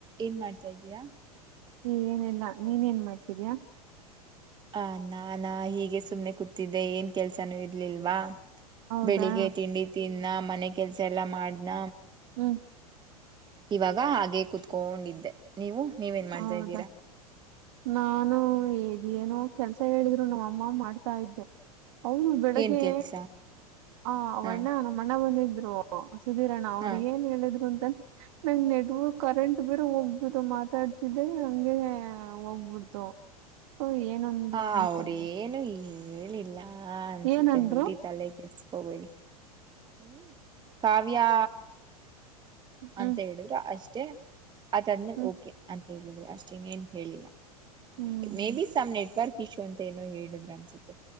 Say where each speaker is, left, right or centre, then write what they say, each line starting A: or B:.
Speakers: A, on the right; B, on the right.
A: ಏನ್ ಮಾಡ್ತಾ ಇದಿಯಾ
B: ಹ ಏನೀಲ್ಲಾ ನೀನ್ ಏನ್ ಮಾಡ್ತಿದಯ
A: ಹ ನಾನಾ ಹೀಗೆ ಸುಮ್ನೆ ಕೂತಿದ್ದೆ ಏನ್ ಕೆಲ್ಸಾನೂ ಇರ್ಲಿಲ್ವಾ.
B: ಹೌದಾ
A: ಬೆಳಿಗ್ಗೆ ತಿಂಡಿ ತಿಂದನ ಮನೆ ಕೆಲ್ಸ ಎಲ್ಲಾ ಮಾಡ್ನ
B: ಹ್ಮ
A: ಇವಾಗ ಹಾಗೆ ಕುೂತ್ಕೊಂಡಿದ್ದೆ ನೀವು ನೀವೇನ್ ಮಾಡ್ತಾ
B: ಹೌದಾ
A: ಇದ್ದೀರಾ.
B: ನಾನು ಇದೇ ಏನೋ ಕೆಲ್ಸ ಹೇಳಿದ್ರು ನಮ್ಮ ಅಮ್ಮ ಮಾಡ್ತಾ ಇದ್ದೆ. ಹೌದು ಬೆಳಿಗ್ಗೆ
A: ಏನ್ ಕೆಲ್ಸ
B: ಆ
A: ಹ
B: ವಣ್ಣ ನಮ್ಮ ಅಣ್ಣ ಬಂದಿದ್ರು ಸುಧೀರಣ್ಣ ಅವ್ರು
A: ಹ
B: ಏನ್ ಹೇಳಿದ್ರು ಅಂತಂದ್ರ ನಂಗ್ ನೆಟ್ವರ್ಕ್ ಕರೆಂಟ್ ಬೇರ ಹೋಗ್ಬದು ಮಾತ್ರ ಮಾತಾಡ್ತಿದ್ರೆ ಹಂಗೆ ಹೋಗ್ಬಿಡ್ತು ಸೊ ಏನಂದ್ರು
A: ಹಾ
B: ಅನ್ಕೊಂಡು
A: ಅವ್ರೇಏನು ಹೇಳಿಲ್ಲಾ ಅನ್ಸುತ್ತೆ
B: ಏನಂದ್ರು
A: ಬಿಡಿ ತಲೆ ಕೆಡಸ್ಕೋಬೇಡಿ ಹ್ಮ್ ಕಾವ್ಯಾ
B: ಹ್ಮ್
A: ಅಂತ ಹೇಳಿದ್ರು ಅಷ್ಟೆ. ಅದ ಆದ್ಮೇಲೆ
B: ಹ್ಮ್
A: ಓಕೆ ಅಂತ ಹೇಳಿದ್ರು ಅಷ್ಟೇನೇನ್ ಹೇಳಿಲ್ಲ
B: ಹ್ಮ್
A: ಮೇ ಬಿ ಸಮ್ ನೆಟ್ವರ್ಕ್ ಪಶು ಅಂತ ಏನೋ ಹೇಳಿದ್ರ ಅನ್ಸುತ್ತೆ